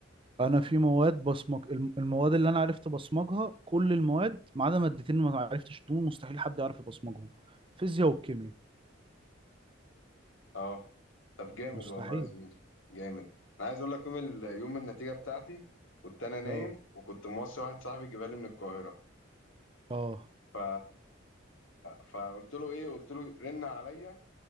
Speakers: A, on the right; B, on the left.
A: انا في مواد بصمج الم- المواد اللي انا عرفت ابصمجها كل المواد ما عدا مادتين ما عرفتش دول مستحيل حد يعرف يبصمجهم فيزياء والكيمياء
B: اه طب جامد
A: مستحيل
B: والله يا زميلي جامد انا عايز اقول لك يوم ال... يوم النتيجه بتاعتي كنت انا نايم
A: اه
B: وكنت موصي واحد صاحبي جبالي من القاهره
A: اه
B: ف... فقلت له ايه قلت له رن عليا